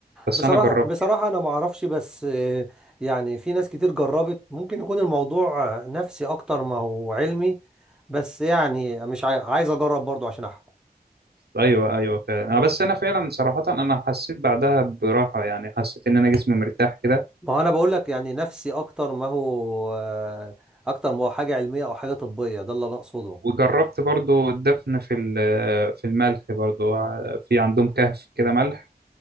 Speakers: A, on the right; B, in the centre.
A: بس
B: بصراحه
A: أنا جربت
B: بصراحه انا ما اعرفش بس آه، يعني في ناس كتير جربت ممكن يكون الموضوع آه، نفسي اكتر ما هو علمي بس يعني مش عاي- عايز اجرب برضو عشان احكم
A: أيوه أيوه فعلا آه، بس أنا فعلا صراحة أنا حسيت بعدها براحة يعني حسيت إن أنا جسمي مرتاح كده
B: ما هو انا بقول لك يعني نفسي اكتر ما هو آه، اكتر ما هو حاجه علميه او حاجه طبيه ده اللي انا اقصده
A: وجربت برضو الدفن في ال- في الملح برضو آه، في عندهم كهف كده ملح